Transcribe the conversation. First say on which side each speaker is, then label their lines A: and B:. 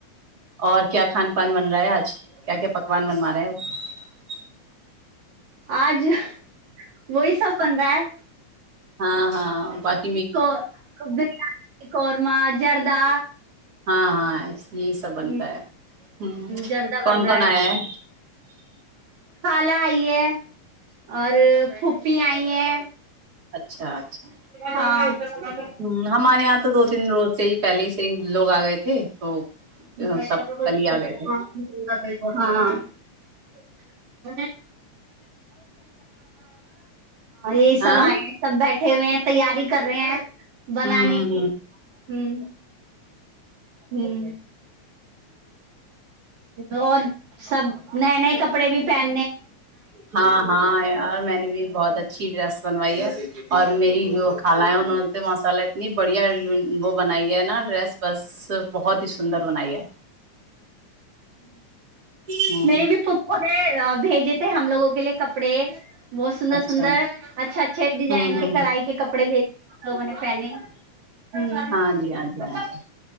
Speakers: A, on the right; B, on the right.
A: اور کیا کھان پان بن رہا ہے آج کیا کیا پکوان بنوا رہے ہیں وہ
B: آج وہی سب پن رہا ہے
A: ہاں ہاں ب <unintelligible>
B: کو بریانی قورما جردہ
A: ہاں ہاں یہی سب بنتا
B: ہ
A: ہے ہوں
B: جردہ
A: کون
B: بن رہا
A: کون آیا ہے
B: کالا آئی ہے اور پھپی آئی ہے
A: اچھا اچھا
B: ہاں ہاں
A: ہ ہمارے یہاں تو دو تین روز سے ہی پہلے ہی سے ہی لوگ آ گئے تھے تو
B: <inaudible>
A: سب کل ہی آ گئے تھے
B: <inaudible> <inaudible> یہی
A: ہاں
B: سب آئے ہیں سب بیٹھے ہوئے ہیں تیاری کر رہے ہیں بنانے
A: ہ
B: کی ہ ہاں اور سب نئے نئے کپڑے بھی پہنے
A: ہاں ہاں اور میں نے بھی بہت اچھی ڈریس بنوائی ہے اور میری جو خال ہے انہوں نے تو مسالا اتنی بڑھیا وہ بنائی ہے نا ڈریس بس بہت ہی سندر بنائی ہے ہ
B: میرے بھی پے بھیجے تھ ہم لوگوں کے لیے کپڑے بہت سندر
A: اچھا
B: سندر اچھا اچھے ڈزائن
A: ہوں ہ
B: کے
A: ہ
B: کڑائی کے کپڑے بھی تو مہینے پنک
A: ہاں جی جی
B: ہاں
A: جی